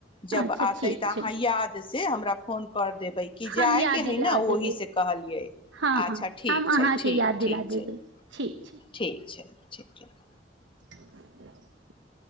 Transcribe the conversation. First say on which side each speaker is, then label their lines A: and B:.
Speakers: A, on the left (about 30°); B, on the right (about 80°).
A: जब
B: अच्छा
A: आतै
B: ठीक
A: त
B: छै
A: अहाँ याद से हमरा फोन कर देबै कि
B: हम
A: जाइके
B: याद दिला
A: हइ न
B: देबै
A: ओहिसे कहलियै
B: हँ
A: अच्छा
B: हँ
A: ठीक
B: हम
A: छैय
B: अहाँके
A: ठीक
B: याद दिला
A: ठीक
B: देबै
A: छैय
B: ठीक छै
A: ठीक छैय। <inaudible>
B: <inaudible>